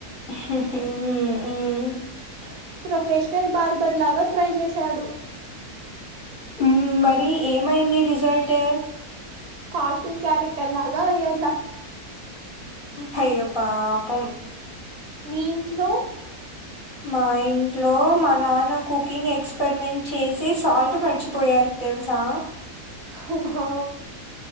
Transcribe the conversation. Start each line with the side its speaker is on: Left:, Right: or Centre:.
Left: ఉ ఉ
Right: ప్రొఫెశ్నల్ బార్బర్ లాగ ట్రై చేశాడు
Left: ఊమ్ మరి ఏమైంది రిజల్ట్
Right: కార్టూన్ క్యారెక్టర్ లాగ అయ్యా
Left: హయ్యో పాపం
Right: మీ ఇంట్లో
Left: మా ఇంట్లో మా నాన్న కుకింగ్ ఎక్స్పెరిమెంట్ చేసి సాల్ట్ మర్చిపోయారు తెల్సా
Right: హొ హో